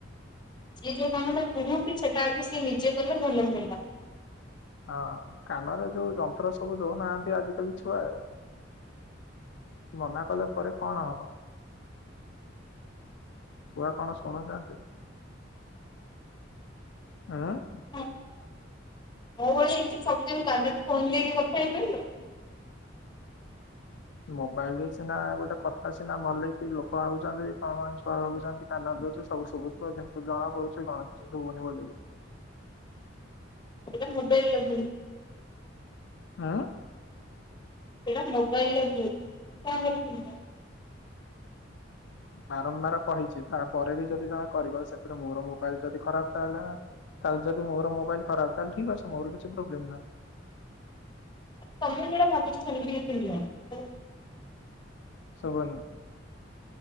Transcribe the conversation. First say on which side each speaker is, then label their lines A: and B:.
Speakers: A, on the left; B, on the left.
A: ଯିଏ ଯେଉଁ କାମଟା କୁହନ୍ତି। ସେଟା ଆଜି ସେ ନିଜେ କରିବେ ଭଲ ହୁଅନ୍ତା।
B: ହଁ କାନରେ ଯୋଉ ଯନ୍ତ୍ର ସବୁ ଦଉନାହାନ୍ତି ଆଜିକାଲି ଛୁଆ? ମନା କଲେ ପରେ କଣ ହବ? ଛୁଆ କଣ, ଶୁଣୁଛନ୍ତି। ହୁଁ-
A: ହଁ ମୋ ଭଳି ହେଇଛି ସବୁଦିନ ତା ଫୋନ ଦେଇକି କଥା ହେଇବେ <unintelligible>
B: ଆ ମୋବାଇଲରେ ସିନା ଗୋଟେ କଥା ସିନା ଭଲ କି ଲୋକ ଭାବୁଚନ୍ତି କଣ ମାନେ ଛୁଆ ଭାବୁଚନ୍ତି କାନ ସବୁ ଶୁବୁଥିବା କିନ୍ତୁ ଜଣା ପଡୁଚି କଣ କିଛି ସୁବୁନି ବୋଲିକି।
A: ଏଇଟା ମୋବାଇଲ
B: ହଁ।
A: ସେଇଟା ମୋବାଇଲରେ ହୁଏ କ <unintelligible>
B: ବାରମ୍ବାର କହିଛି ତାପରେ ବି ଯଦି ଜଣେ କରିବ ସେଥିରେ ମୋର ମୋବାଇଲ ଯଦି ଖରାପ ତାହେଲେ ତାହେଲେ ଯଦି ମୋର ମୋବାଇଲ ଖରାପ ତାହଲେ ଠିକ ଅଛ ମୋର କିଛି ପ୍ରୋବ୍ଲେମ ନାହିଁ।
A: ତମେ ଯଉଟା ଭାବିଛ ସେମିତି କିଛି ନୁହଁ।
B: ସୁବୁନି।